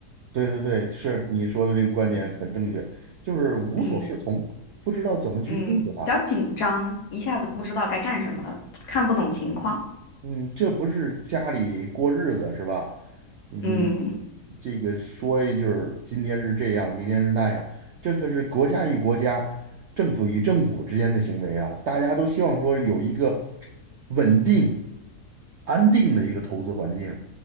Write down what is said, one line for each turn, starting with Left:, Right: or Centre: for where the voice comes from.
Right: 对对对，是你说的这个观点很正确，
Left: 嗯，
Right: 就是无所适从，
Left: 嗯
Right: 不知道怎么去对付他。
Left: 嗯，比较紧张，一下子不知道该干什么了，看不懂情况，
Right: 嗯，这不是家里过日子是吧？你你这个说一句儿，
Left: 嗯
Right: 今天是这样，明天是那样，这可是国家与国家、政府与政府之间的行为啊！大家都希望说有一个稳定、安定的一个投资环境。